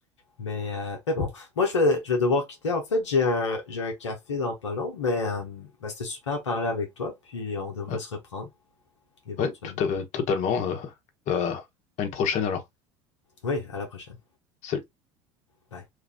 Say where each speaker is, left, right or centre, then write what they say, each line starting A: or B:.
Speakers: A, on the left (about 85°); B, on the left (about 55°).
A: Mais, euh, mais bon, moi je vais, je vais devoir quitter. En fait, j'ai un, j'ai un café dans pas long, mais euh, bah, c'était super à parler avec toi, puis on devrait
B: Ouais,
A: se reprendre éventuellement.
B: ouais, tout à, totalement. euh, bah, à une prochaine alors.
A: Oui, à la prochaine.
B: Salut.
A: Bye.